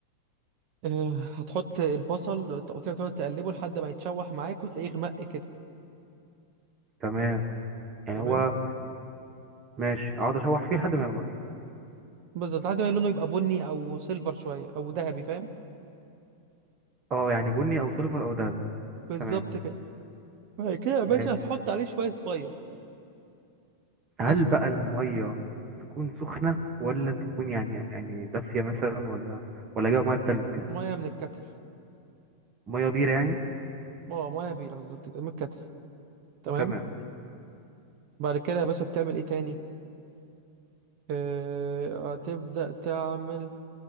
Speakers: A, on the right (about 45°); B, on the right (about 25°).
A: آه، هتحط البصل تقطيع وتقعد تقلبه لحد ما يتشوح معاك وتلاقيه غمق كده
B: تمام يعني
A: تمام
B: هو ماشي أقعد أشوح فيه لحد ما يغمق
A: بالظبط لحد ما لونه يبقى بني أو سيلفر شوية أو ذهبي فاهم
B: أه يعني بني أو سيلفر أو دهب
A: بالظبط
B: تمام
A: كده بعد كده يا باشا
B: ماشي
A: هتحط عليه شوية مية
B: هل
A: ليه شوية
B: بقى المية تكون سخنة ولا تكون يعني يعني دافية مثلا ولا ولا أجيب مية بتلج
A: مية من الكتل
B: مية بيرة يعني
A: اه مية بيرة بالظبط كده، من الكتل تمام
B: تمام
A: بعد كده يا باشا بتعمل ايه تاني آه هتبدأ تعمل